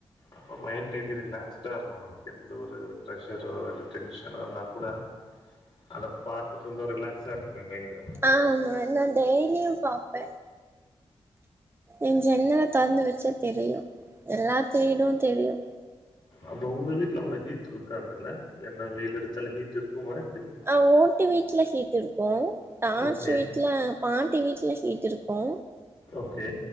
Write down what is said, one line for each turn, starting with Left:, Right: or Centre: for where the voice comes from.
Left: அப்ப மைண்ட் டெய்லி ரிலாக்ஸ்டா இருக்கு உங்களுக்கு எந்த ஒரு ப்ரெஷரோ இல்ல டென்ஷனா இருந்தா கூட அத பாத்துட்ருந்தா ரிலாக்ஸா இருக்குமே மைண்டு
Right: ஆமா நா டெய்லியும் பாப் ஏ ஜென்னல தொற்ந்து வெச்சா தெரியு எல்லாத்தேடு தெரியு
Left: அப்ப உங்க வீட்ல அவ்வள ஹீட் இருக்காதுல்ல என்ன வெயில் அடிச்சாலு ஹீட் இருக்குமா எப்டி
Right: ஆ ஓட்டு வீட்ல ஹீட் இருக்கு தாச்சி
Left: ஓகே
Right: வீட்ல பாட்டி வீட்ல ஹீட் இருக்கு
Left: ஓகே